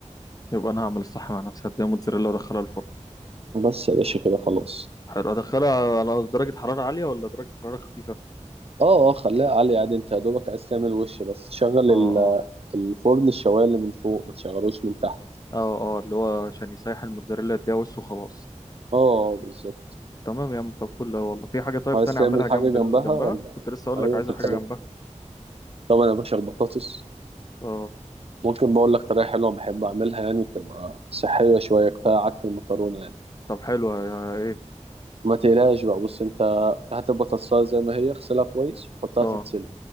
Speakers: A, on the left; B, on the right.
A: يبقى انا هعمل الصح مع نفسي هديها موتزاريلا وادخلها الفرن
B: بس يا باشا كده خلاص
A: حلو ادخلها على درجة حرارة عالية ولا درجة حرارة خفيفة
B: اه اه خليها عالية عادي انت يا دوبك عايز تعمل وش بس شغل
A: اه اه
B: الفرن الشوايه اللي من فوق ما تشغلوش من تحت
A: اه اه اللي هو عشان يسيح الموتزاريلا يديها وش وخلاص
B: اه آه، بالظبط
A: تمام يا عم طب فل أوي والله في حاجة طيب
B: عايز
A: تاني
B: تعمل
A: اعملها
B: حاجه
A: جنب
B: جنبها
A: ال... جنبها
B: ولا
A: كنت لسه اقول
B: ايوه
A: لك عايزة
B: كنت
A: حاجة
B: عارف
A: جنبها
B: طبعا يا باشا البطاطس
A: اه
B: ممكن بقول لك طريقه حلوه بحب اعملها يعني بتبقى صحيه شويه كفايه عك المكرونه يعني
A: طب حلو يا- ايه
B: ما تقلقش بقى بص انت هات البطاطسايه زي ما هي اغسلها كويس وحطها
A: اه
B: تتسلق